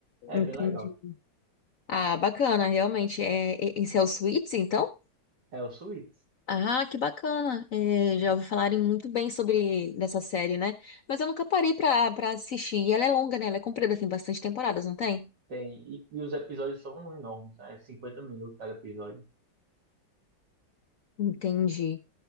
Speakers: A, on the right; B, on the left.
A: É
B: entendi.
A: bem legal.
B: Ah, bacana, realmente. É, e- esse é o Suits, então?
A: É o Suits.
B: Ah, que bacana. É, já ouvi falarem muito bem sobre dessa série, né? Mas eu nunca parei pra, pra assistir. E ela é longa, né? Ela é comprida, tem bastante temporadas, não tem?
A: Tem, e, e os episódios são enormes, né? cinquenta minutos cada episódio.
B: Entendi.